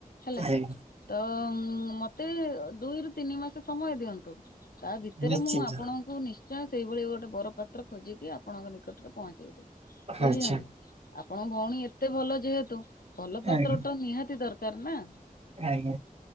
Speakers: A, on the left; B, on the right.
A: ହେଲା।
B: ଆଜ୍ଞା
A: ତ ମତେ ଦୁଇରୁ ତିନି ମାସ ସମୟ ଦିଅନ୍ତୁ। ତା ଭିତରେ
B: ନିଶ୍ଚିନ୍ତ
A: ମୁଁ ଆପଣଙ୍କୁ ନି ସେଇଭଳି ଗୋଟେ ବର ପାତ୍ର ଖୋଜିକି ଆପଣଙ୍କ ନିକଟରେ ପହଞ୍ଚେଇ ଦେବି ବୁଝିଛନ୍ତି।
B: ଆଚ୍ଛା
A: ଆପଣ ଭଉଣୀ ଏତେ ଭଲ ଯେହେତୁ ଭଲ ପାତ୍ର
B: ଆଜ୍ଞା
A: ଟା ନିହାତି ଦରକାର ନା?
B: ଆଜ୍ଞା